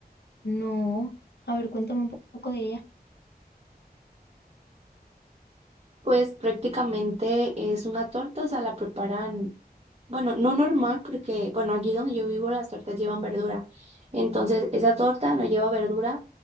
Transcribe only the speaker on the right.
Pues prácticamente es una torta, o sea, la preparan, bueno, no normal, porque, bueno, aquí donde yo vivo las tortas llevan verdura. Entonces, esa torta no lleva verdura,